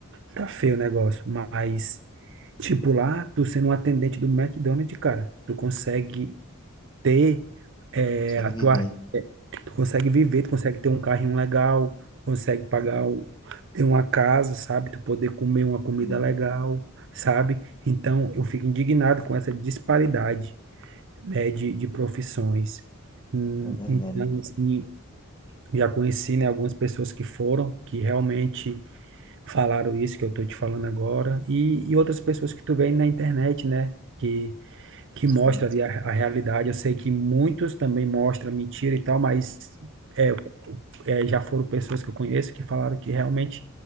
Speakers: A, on the right; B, on the left.
A: tá feio o negócio. Mas, tipo, lá, tu sendo um atendente do McDonald's, cara, tu consegue ter é,
B: Consegue
A: a tua.
B: viver,
A: Tu consegue viver, tu consegue ter um carrinho legal, tu consegue pagar,
B: né?
A: um- ter uma casa, sabe? Tu poder comer uma comida
B: Sim,
A: legal, sabe? Então, eu fico indignado com essa disparidade, né, de, de profissões. Hum,
B: é verdade.
A: Então, assim, já conheci, né, algumas pessoas que foram, que realmente falaram isso que eu estou te falando agora, e, e outras pessoas que tu vê na internet, né, que, que
B: Sim,
A: mostra ali a, a realidade. Eu sei que muitos também mostram mentira e tal, mas é, é, já foram pessoas que eu conheço que falaram que realmente